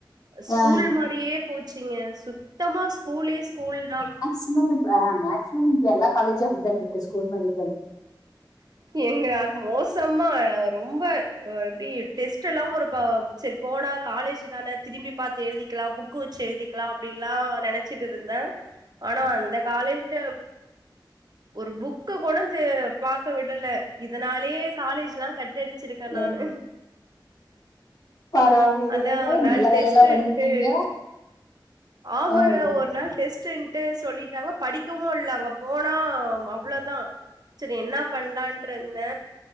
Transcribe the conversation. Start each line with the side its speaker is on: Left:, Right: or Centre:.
Right: ஸ்கூல்
Left: ஆ
Right: மாறியே போச்சுங்க சுத்தமா ஸ்கூலே ஸ்கூல் தா
Left: சினுமித்ரா மேக்சிமம் இப்ப எல்லா காலேஜ் அப்டிதா இருக்கு ஸ்கூல் மாறி தா
Right: எங்க அது மொஸ் நெசாம ரொம்ப ஆ எப்டி டெஸ்ட் எல்லா ஒரு பா சேரி போனா காலேஜ் தானே திரும்பி பாத்து எழுதிக்கலா புக் வச்சு எழுதிக்கலா அப்டின்ல்லா நெனைச்சிட்டு இருந்தே ஆனா அந்த காலேஜ்ல ஒரு புக்க கூட ஃபர்ஸ்ட்டு பாக்க விடல இதனாலயே காலேஜ்ல்லா கட்டடிச்சிருக்கே நானு
Left: ம் பரவாயில்லயே
Right: அதா ஒரு நாள்
Left: நல்ல
Right: டெஸ்ட்ன்டு
Left: வேலல்லா பண்ணிருக்கீங்க
Right: ஆமாங்க
Left: ம் ம்
Right: ஒரு நாளு டெஸ்ட் டு சொல்லிட்டாங்க படிக்கவு இல்லா அங்க போனா அவ்ளோதா சேரி என்ன பண்ணலான்ட்டு இருந்தே